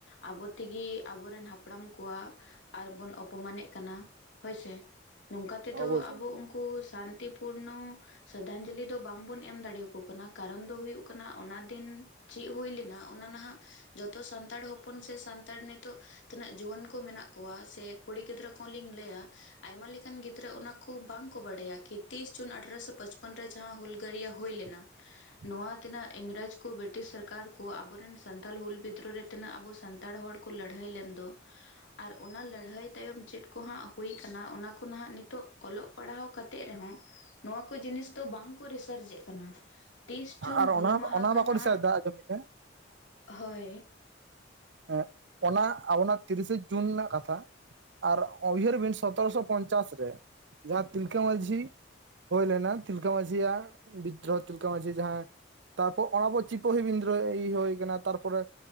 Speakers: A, on the left; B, on the right.
A: ᱟᱵᱚ ᱛᱮ ᱜᱮ ᱟᱵᱚᱨᱮᱱ ᱦᱟᱯᱲᱟᱢ ᱠᱚᱣᱟᱜ, ᱟᱨ ᱵᱚᱱ ᱚᱯᱚᱢᱟᱱᱮᱫ ᱠᱟᱱᱟ ᱦᱳᱭᱥᱮ ᱱᱚᱝᱠᱟ ᱛᱮ ᱫᱚ
B: ᱚᱵᱚᱥᱥᱳᱭ
A: ᱟᱵᱚ ᱩᱱᱠᱩ ᱥᱟᱱ ᱛᱤ ᱯᱩᱨᱱᱚ ᱥᱨᱟᱫᱷᱟᱧᱡᱚᱞᱤ ᱫᱚ ᱵᱟᱝ ᱵᱚᱱ ᱮᱢ ᱫᱟᱲᱮᱭᱟᱠᱚ, ᱠᱚ ᱠᱟᱱᱟ ᱠᱟᱨᱚᱱ ᱫᱚ ᱦᱩᱭᱩᱜ ᱠᱟᱱᱟ ᱚᱱᱟ ᱫᱤᱱ ᱪᱮᱫ ᱦᱩᱭ ᱞᱮᱱᱟ ᱚᱱᱟ ᱱᱷᱟᱜ ᱡᱚᱛᱚ ᱥᱟᱱᱛᱟᱲ ᱦᱚᱯᱚᱱ ᱥᱮ ᱥᱟᱱᱛᱟᱲ ᱱᱤᱛᱚᱜ ᱛᱤᱱᱟᱹᱜ ᱡᱩᱣᱟᱹᱱ ᱠᱚ ᱢᱮᱱᱟᱜ, ᱠᱚᱣᱟ ᱥᱮ ᱠᱩᱲᱤ ᱜᱤᱫᱽᱨᱟᱹ ᱠᱚ ᱦᱚᱸ ᱞᱤᱧ ᱞᱟᱹᱭᱟ, ᱟᱭᱢᱟ ᱞᱮᱠᱟᱱ ᱜᱤᱫᱽᱨᱟᱹ ᱚᱱᱟ ᱠᱚ ᱵᱟᱝᱠᱚ ᱵᱟᱰᱟᱭᱟ ᱠᱤ ᱛᱤᱥ ᱡᱩᱱ ᱟᱴᱷᱨᱚᱥᱚ ᱯᱚᱪᱯᱚᱱ ᱨᱮ ᱡᱟᱦᱟᱸ ᱦᱩᱞᱜᱟᱹᱨᱤᱭᱟᱹ ᱦᱩᱭ ᱞᱮᱱᱟ
B: <inaudible>
A: ᱾ ᱱᱚᱣᱟ ᱛᱤᱱᱟᱹᱜ ᱤᱝᱨᱮᱡᱽ ᱠᱚ ᱵᱨᱤᱴᱤᱥ ᱥᱚᱨᱠᱟᱨ ᱠᱚ ᱟᱵᱚᱨᱮᱱ ᱥᱟᱱᱛᱟᱲ ᱦᱩᱞ ᱵᱤᱫᱨᱳ ᱨᱮ ᱛᱤᱱᱟᱹᱜ ᱟᱵᱚ ᱥᱟᱱᱛᱟᱲ ᱦᱚᱲ, ᱠᱚ ᱞᱟᱹᱲᱦᱟᱹᱭ ᱞᱮᱱ ᱫᱚ ᱟᱨ ᱚᱱᱟ ᱞᱟᱹᱲᱦᱟᱹᱭ ᱛᱟᱭᱚᱢ ᱪᱮᱫ, ᱠᱚ ᱦᱟᱸᱜ ᱦᱩᱭ ᱟᱠᱟᱱᱟ ᱚᱱᱟ ᱠᱚ ᱱᱷᱟᱜ ᱱᱤᱛᱚᱜ ᱚᱞᱚᱜ ᱯᱟᱲᱦᱟᱣ ᱠᱟᱛᱮᱜ ᱨᱮ ᱦᱚᱸ, ᱱᱚᱣᱟ ᱠᱚ ᱡᱤᱱᱤᱥ ᱫᱚ ᱵᱟᱝ ᱠᱚ ᱨᱤᱥᱟᱨᱪ ᱮᱫ ᱠᱟᱱᱟ ᱛᱤᱥ ᱡᱩᱱ
B: ᱟᱨ
A: ᱦᱩᱞ
B: ᱚᱱᱟ
A: ᱢᱟᱦᱟ
B: ᱚᱱᱟ
A: ᱠᱟᱱᱟ᱾
B: ᱵᱟᱠᱚ ᱫᱤᱥᱟᱹᱭ ᱫᱟ ᱟᱸᱡᱚᱢ ᱵᱤᱱ
A: ᱦᱚᱭ
B: ᱦᱮᱸ ᱚᱱᱟ ᱟᱵᱚᱱᱟᱜ ᱛᱤᱨᱤᱥᱮ ᱡᱩᱱ ᱨᱮᱱᱟᱜ ᱠᱟᱛᱷᱟ ᱟᱨ ᱩᱭᱦᱟᱹᱨ ᱵᱤᱱ ᱥᱚᱛᱚᱨᱚᱥᱚ ᱯᱚᱧᱪᱟᱥ ᱨᱮ ᱡᱟᱦᱟᱸ ᱛᱤᱞᱠᱟᱹ ᱢᱟᱺᱡᱷᱤ ᱦᱩᱭ ᱞᱮᱱᱟ ᱛᱤᱞᱠᱟᱹ ᱢᱟᱺᱡᱷᱤᱭᱟᱜ ᱛᱤᱞᱠᱟᱹ ᱢᱟᱹᱡᱷᱤ ᱡᱟᱦᱟᱸᱭ ᱛᱟᱨᱯᱚᱨ ᱚᱱᱟ ᱯᱚᱨ ᱪᱤᱯᱚᱦᱤ ᱵᱤᱱᱫᱨᱳᱦᱤ ᱦᱩᱭ ᱟᱠᱟᱱᱟ ᱛᱟᱨᱯᱚᱨᱮ,